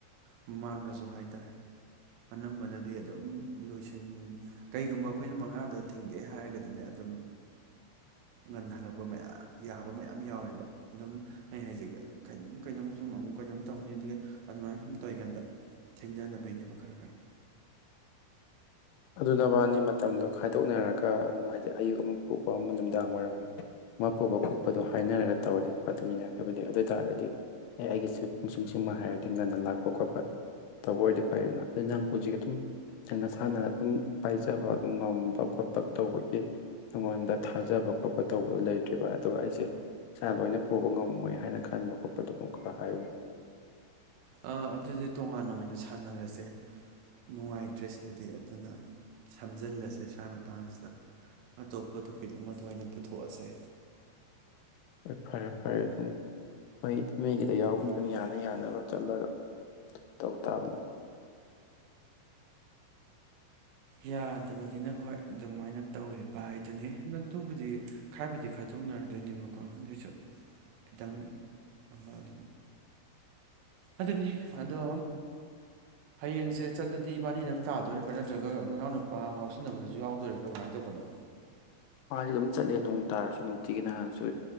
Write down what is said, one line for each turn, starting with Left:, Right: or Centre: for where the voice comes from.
Right: ꯃꯃꯥꯡꯗꯁꯨ ꯍꯥꯏ ꯇꯥꯔꯦ ꯑꯅꯝꯕꯅꯗꯤ ꯑꯗꯨꯝ ꯂꯣꯏꯁꯤꯜ ꯀꯩꯒꯨꯝꯕ ꯑꯩꯈꯣꯏꯅ ꯃꯉꯥꯗ ꯊꯤꯡꯒꯦ ꯍꯥꯏꯔꯒꯗꯤ ꯁꯤꯅꯦ ꯑꯗꯨꯝ ꯉꯟ ꯍꯜꯂꯛꯄ ꯃꯌꯥꯝ ꯌꯥꯕ ꯃꯌꯥꯝ ꯌꯥꯎꯋꯦꯕ ꯑꯗꯨꯝ ꯑꯩ ꯍꯥꯏꯁꯦ ꯀꯩꯅꯣ ꯁꯨꯝ ꯑꯃꯨꯛ ꯀꯩꯅꯣꯝ ꯇꯧꯅꯤ ꯑꯗꯒꯤ ꯑꯗꯨꯃꯥꯏꯅ ꯁꯨꯝ ꯇꯧꯔꯤꯀꯥꯟꯗ ꯊꯦꯡꯊꯅꯕꯩꯅꯦꯕ ꯈꯔ ꯈꯔ
Left: ꯑꯗꯨꯅꯕꯅꯤ ꯃꯇꯝꯗꯣ ꯈꯥꯏꯗꯣꯛꯅꯔꯒ ꯑꯗꯨꯝ ꯍꯥꯏꯗꯤ ꯑꯌꯨꯛ ꯑꯃ ꯄꯨꯕ ꯑꯃ ꯃꯤꯗꯥꯡ ꯋꯥꯏꯔꯝ ꯑꯃ ꯄꯨꯕ ꯈꯣꯠꯄꯗꯣ ꯍꯥꯏꯅꯔꯒ ꯇꯧꯔꯗꯤ ꯐꯗꯧꯅꯤꯅꯦ ꯍꯥꯏꯕꯗꯤ ꯑꯗꯨ ꯑꯣꯏ ꯇꯥꯔꯒꯗꯤ ꯑꯦ ꯑꯩꯒꯤꯁꯤ ꯄꯨꯡ ꯁꯤꯃ ꯍꯥꯏꯔꯗꯤ ꯉꯟꯅ ꯂꯥꯛꯄ ꯈꯣꯠꯄ ꯇꯧꯕ ꯑꯣꯏꯔꯗꯤ ꯐꯩꯅ ꯑꯗꯨ ꯅꯪ ꯍꯧꯖꯤꯛ ꯑꯗꯨꯝ ꯅꯪ ꯅꯁꯥꯅ ꯑꯗꯨꯝ ꯄꯥꯏꯖꯕ ꯑꯗꯨꯝ ꯉꯝꯕ ꯈꯣꯠꯄ ꯇꯧꯕꯒꯤ ꯑꯩꯉꯣꯟꯗ ꯊꯥꯖꯕ ꯈꯣꯠꯄ ꯇꯧꯕꯗꯨꯣ ꯂꯩꯇ꯭ꯔꯤꯕ ꯑꯗꯨꯒ ꯑꯩꯁꯦ ꯏꯁꯥ ꯂꯣꯏꯅ ꯄꯨꯕ ꯉꯝꯃꯣꯏ ꯍꯥꯏꯅ ꯈꯟꯕ ꯈꯣꯠꯄꯗ ꯑꯗꯨꯝ ꯈꯔ ꯍꯥꯏꯌꯨꯅꯦ
Right: ꯑꯗꯨꯗꯤ ꯇꯣꯉꯥꯟꯅ ꯑꯣꯏꯅ ꯁꯥꯟꯅꯔꯁꯦ ꯅꯨꯡꯉꯥꯏꯇ꯭ꯔꯦ ꯁꯤꯗꯗꯤ ꯑꯗꯨꯅ ꯁꯝꯖꯤꯜꯂꯁꯦ ꯁ꯭ꯋꯥꯏ ꯃꯇꯥꯡꯁꯤꯗ ꯑꯇꯣꯞꯄ ꯇꯣꯄꯤꯛ ꯑꯃꯗ ꯑꯣꯏꯅ ꯄꯨꯊꯣꯛꯑꯁꯦ
Left: ꯍꯣꯏ ꯐꯔꯦ ꯐꯔꯦ ꯑꯗꯨꯝ ꯃꯣꯏ ꯃꯤꯒꯤ ꯌꯥꯎꯕꯅꯤꯅ ꯌꯥꯅ ꯌꯥꯅ ꯆꯂꯒ ꯇꯧ ꯇꯥꯕꯅꯤ
Right: ꯌꯥꯗꯕꯅꯤꯅ ꯍꯣꯏ ꯑꯗꯨꯃꯥꯏꯅ ꯇꯧꯔꯤꯕ ꯍꯥꯏꯗꯨꯅꯤ ꯑꯗꯨꯕꯨꯗꯤ ꯈꯔꯕꯨꯗꯤ ꯈꯥꯏꯗꯣꯛꯅꯔꯗꯣꯏꯅꯦꯕꯀꯣ ꯑꯗꯨꯏꯁꯨ ꯈꯤꯇꯪ ꯑꯃ ꯑꯗꯨꯝ ꯑꯗꯨꯅꯤ ꯑꯗꯣ ꯍꯌꯦꯡꯁꯦ ꯆꯠꯂꯗꯤ ꯏꯕꯥꯅꯤꯗꯪ ꯇꯥꯗꯣꯔꯤꯕ꯭ꯔꯥ ꯅꯠꯇ꯭ꯔꯒ ꯅꯅꯥꯎꯅꯨꯄꯥ ꯉꯥꯎꯁꯤꯟꯅꯕꯗꯁꯨ ꯌꯥꯎꯗꯣꯔꯤꯕ꯭ꯔꯥ ꯀꯃꯥꯏꯅ ꯇꯧꯕꯅꯣ
Left: ꯃꯥ ꯑꯗꯨꯝ ꯆꯠꯂꯦ ꯅꯣꯡ ꯇꯥꯔꯁꯨ ꯅꯨꯡꯇꯤꯒꯤ ꯅꯍꯥꯟꯁꯨ